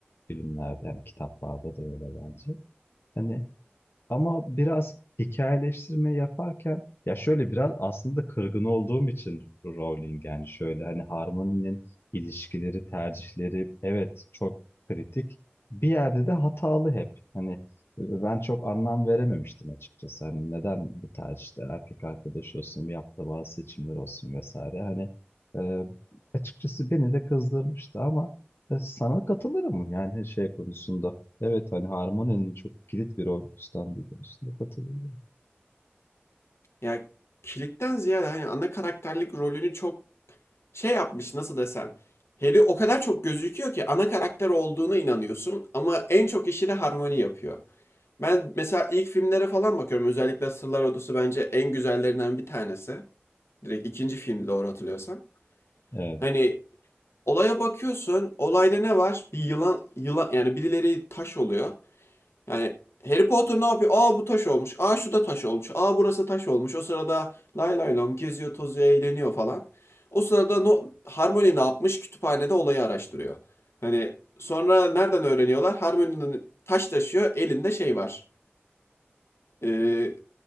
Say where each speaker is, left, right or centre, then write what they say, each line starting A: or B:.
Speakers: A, on the left; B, on the left.
A: filmlerde yani kitaplarda da öyle bence. Hani ama biraz hikayeleştirme yaparken ya şöyle biraz aslında da kırgın olduğum için Rowling yani şöyle hani Harmony'nin ilişkileri, tercihleri evet çok kritik. Bir yerde de hatalı hep. Hani e, ben çok anlam verememiştim açıkçası. Hani neden bu tercihte erkek arkadaş olsun, yaptığı bazı seçimler olsun vesaire. Hani e, açıkçası beni de kızdırmıştı ama e, Sana katılırım yani şey konusunda. Evet hani harmoninin çok kilit bir rol üstlendiği konusunda katılırım.
B: Ya kilitten ziyade hani ana karakterlik rolünü çok şey yapmış nasıl desem. Harry o kadar çok gözüküyor ki ana karakter olduğuna inanıyorsun ama en çok işi de Harmony yapıyor. Ben mesela ilk filmlere falan bakıyorum. Özellikle Sırlar Odası bence en güzellerinden bir tanesi. Direkt ikinci filmdi doğru hatırlıyorsam.
A: Evet.
B: Hani olaya bakıyorsun. Olayda ne var? Bir yılan, yılan yani birileri taş oluyor. Yani Harry Potter ne yapıyor? Aa bu taş olmuş. Aa şu da taş olmuş. Aa burası taş olmuş. O sırada lay lay lom geziyor, tozuyor, eğleniyor falan. O sırada no, Harmony ne yapmış? Kütüphanede olayı araştırıyor. Hani sonra nereden öğreniyorlar? Harmony'nin taş taşıyor. Elinde şey var. Ee,